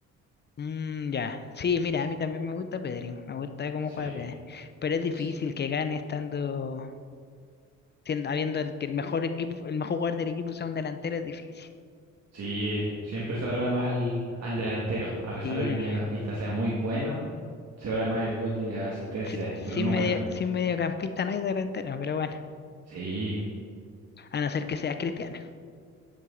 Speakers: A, on the left; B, on the right.
A: Mm, ya. Sí, mira, a mí también me gusta Pedri. Me gusta cómo
B: Sí,
A: juega Pedri. Pero es difícil
B: sí.
A: que gane estando, siendo- habiendo el- que el mejor equipo, el mejor jugador del equipo sea un delantero, es difícil.
B: Sí, siempre se valora más al, al delantero, a pesar
A: Sí.
B: de que el mediocampista sea muy bueno, se valora más el gol y la asistencia,
A: Si-
B: los
A: Sin
B: números.
A: medio, sin mediocampista no hay delantero, pero bueno,
B: Sí,
A: a no ser que seas cristiano.